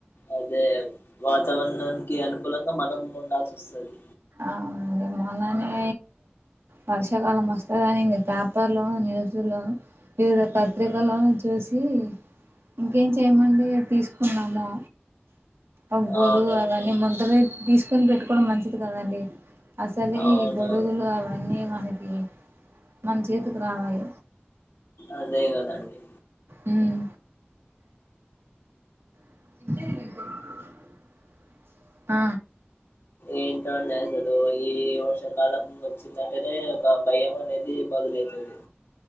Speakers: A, on the left; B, on the right.
A: అయితే వాతావరణానికి అనుకూలంగా మనం ఉండాల్సి వస్తది
B: అవును మొన్ననే వర్షాకాలం వస్తదని నేను పేపర్లోను న్యూస్లోను వివిధ పత్రికల్లోను చూసి ఇంకేం చేయమండి తీసుకున్నాము ఒగ్ గోడుగు
A: అవునండి
B: అవన్నీ ముందరే తీసుకొని పెట్టుకోవడం మంచి కదండి అసలే
A: అవునవును
B: ఈ గొడుగులు అవన్నీ అందుకే మన్ చేతుకి రావాయ్
A: అదే కదండి
B: ఉమ్ <unintelligible> అ
A: ఏంటో అండి అసలు ఈ వర్షాకాలం వచ్చిందంటేనే ఒక భయం అనేది మొదలైతది